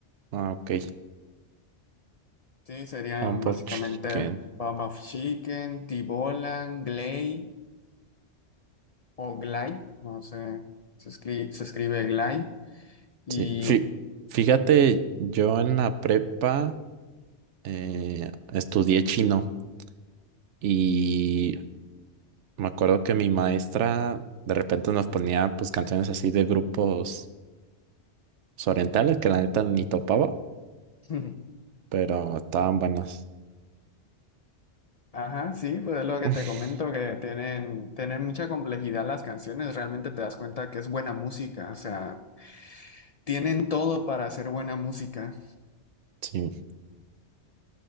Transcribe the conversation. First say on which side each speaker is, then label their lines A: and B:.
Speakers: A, on the right; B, on the left.
A: Ah, ok.
B: Sí, serían
A: Un pop
B: básicamente
A: chicken.
B: Bomb of Chicken, Tibolan, Glay o Glay, no sé, se escribe, se escribe Glay y...
A: Sí. Fí- Fíjate, yo en la prepa eh, estudié chino y me acuerdo que mi maestra de repente nos ponía pues canciones así de grupos pues, orientales que la neta ni topaba.
B: <laughs>
A: pero estaban buenas.
B: Ajá, sí, pues es lo que
A: <laughs>
B: te comento, que tienen, tienen mucha complejidad las canciones, realmente te das cuenta que es buena música, o sea, tienen todo para hacer buena música.
A: Sí,